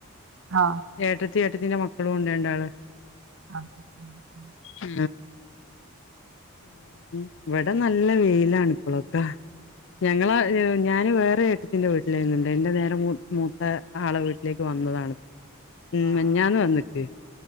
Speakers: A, on the right (about 60°); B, on the left (about 55°).
A: ആ
B: ഏട്ടത്തി ഏട്ടത്തിന്റെ മക്കളും ഉണ്ട് രണ്ടാള്
A: ആഹ ആ ഉ
B: ആ മം. ഇവിടെ നല്ല വെയിലാണ് ഇപ്പളൊക്കെ. ഞങ്ങള ഞാന് വേറെ <unintelligible> വീട്ടിലെനി ഇണ്ടായത്. എന്റെ നേരെ മൂത്ത ആളെ വീട്ടിലേക്ക് വന്നതാണ്. ഉം.
A: ആഹ്
B: മിഞ്ഞാന്ന്
A: ആഹ്
B: വന്നിക്ക്